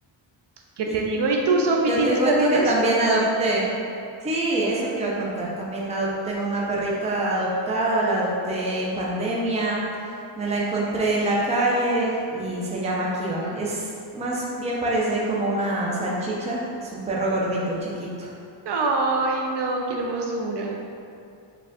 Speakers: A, on the right (about 60°); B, on the right (about 15°).
A: ¿Qué
B: Y
A: te digo? ¿Y tú, Sofi,
B: yo
A: tienes
B: te cuento
A: perritos?
B: que también adopté, sí, eso te iba a contar, también adopté tengo una perrita adoptada, la adopté en pandemia, me la encontré en la calle y se llama Kiva. Es más bien parece como una salchicha, es un perro gordito, chiquito.
A: Ay, no, qué hermosura.